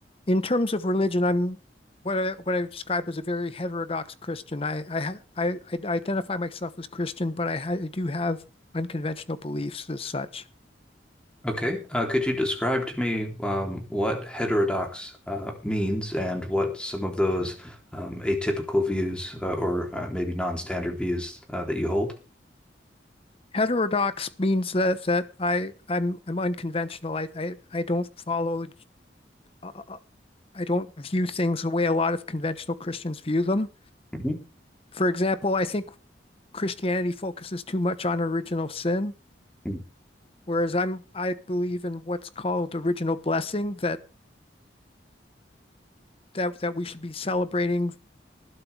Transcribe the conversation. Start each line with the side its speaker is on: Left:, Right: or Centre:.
Left: in terms of religion, I'm what I what I would describe as a very heterodox Christian. I I ha- I, I identify myself as Christian, but I, ha I do have unconventional beliefs as such.
Centre: Okay. Uh, could you describe to me um, what heterodox uh, means and what some of those um, atypical views uh, or uh, maybe non-standard views uh, that you hold?
Left: Heterodox means that that I I'm I'm unconventional. I I, I don't follow. Uh, uh, I don't view things the way a lot of conventional Christians view them.
Centre: Mhm.
Left: For example, I think. Christianity focuses too much on original sin,
Centre: mm
Left: whereas I'm I believe in what's called original blessing that that that we should be celebrating